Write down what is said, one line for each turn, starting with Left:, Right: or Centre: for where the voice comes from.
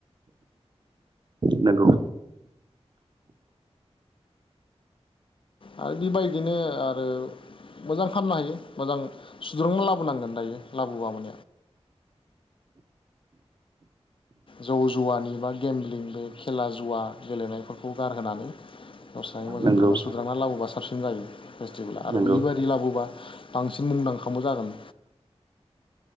Right: नंगौ
Left: आ बेबायदिनो आरो मोजां फाननो हायो मोजां सुद्रुंबो लाबो जौ जुवानि बा गेम्लिं बे खेला ज जुवा गेलेनायफोरखौ गारहोना <unintelligible> दस्राय मोजां
Right: नंगौ
Left: खानना सुद्रांना लाबोबा साबसिन जायो फेस्टिभला आरो
Right: नंगौ
Left: बेबायाददि लाबोबा बांस मुंदांखांबो जागोन